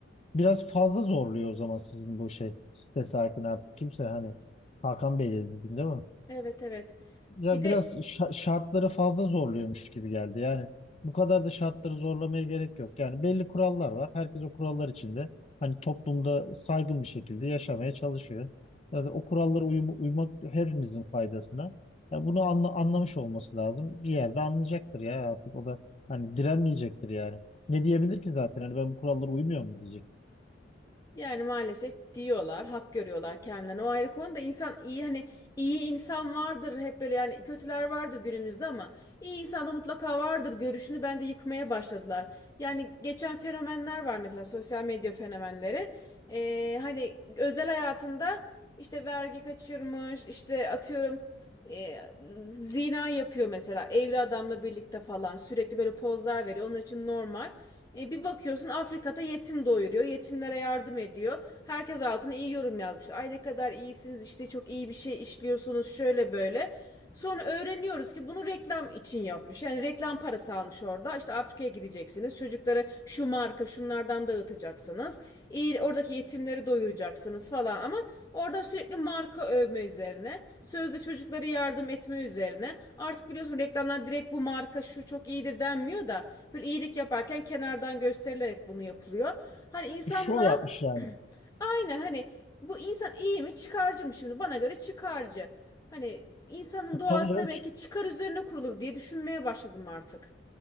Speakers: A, on the left (about 35°); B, on the left (about 20°).
A: biraz fazla zorluyor o zaman sizin bu şey site sakin artık kimse hani Hakan Bey dedi değil mi?
B: Evet evet.
A: Ya
B: Bir de
A: biraz şa- şartları fazla zorluyormuş gibi geldi. Yani bu kadar da şartları zorlamaya gerek yok. Yani belli kurallar var. Herkes o kurallar içinde hani toplumda saygın bir şekilde yaşamaya çalışıyor. Yani o kurallara uyum- uymak hepimizin faydasına. Ya bunu anla anlamış olması lazım. Bir yerde anlayacaktır ya artık o da hani direnmeyecektir yani. Ne diyebilir ki zaten? Hani ben bu kurallara uymuyor mu diyecek.
B: yani maalesef diyorlar, hak görüyorlar kendilerini. O ayrı konu da insan iyi hani iyi insan vardır hep böyle yani kötüler vardır günümüzde ama iyi insan da mutlaka vardır görüşünü bence yıkmaya başladılar. Yani geçen fenomenler var mesela sosyal medya fenomenleri. Ee, hani özel hayatında işte vergi kaçırmış, işte atıyorum e, zina yapıyor mesela evli adamla birlikte falan sürekli böyle pozlar veriyor onun için normal. E, bir bakıyorsun Afrika'da yetim doyuruyor yetimlere yardım ediyor herkes altına iyi yorum yazmış ay ne kadar iyisiniz işte çok iyi bir şey işliyorsunuz şöyle böyle. Sonra öğreniyoruz ki bunu reklam için yapmış. Yani reklam parası almış orada. İşte Afrika'ya gideceksiniz. Çocuklara şu marka şunlardan dağıtacaksınız. İyi, oradaki yetimleri doyuracaksınız falan ama orada sürekli marka övme üzerine, sözde çocuklara yardım etme üzerine. Artık biliyorsun reklamlar direkt bu marka şu çok iyidir denmiyor da böyle iyilik yaparken kenardan gösterilerek bunu yapılıyor. Hani insanla
A: E, şov yapmış yani.
B: <clears throat> Aynen hani bu insan iyi mi çıkarcı mı şimdi? Bana göre çıkarcı. Hani insanın
A: E,
B: doğası
A: tabii canım
B: demek ki çıkar üzerine kurulur diye düşünmeye başladım artık.